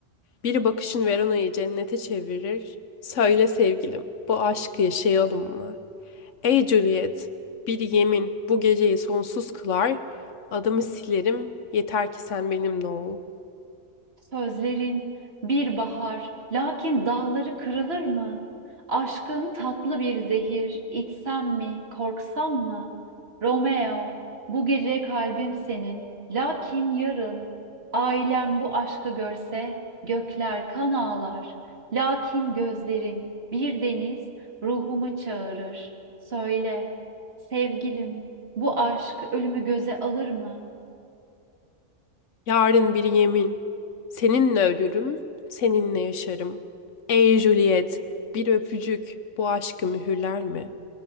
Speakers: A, on the left (about 80°); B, on the right (about 55°).
A: Bir bakışın Verona'yı cennete çevirir. Söyle sevgilim, bu aşkı yaşayalım mı? Ey Juliet, bir yemin bu geceyi sonsuz kılar. Adımı silerim, yeter ki sen benimle ol.
B: Sözlerin bir bahar, lakin dalları kırılır mı? Aşkın tatlı bir zehir, içsem mi, korksam mı? Romeo, bu gece kalbim senin, lakin yarın ailem bu aşkı görse gökler kan ağlar. Lakin gözlerin bir deniz ruhumu çağırır. Söyle, sevgilim, bu aşk ölümü göze alır mı?
A: Yarın bir yemin, seninle ölürüm, seninle yaşarım. Ey Juliet, bir öpücük bu aşkı mühürler mi?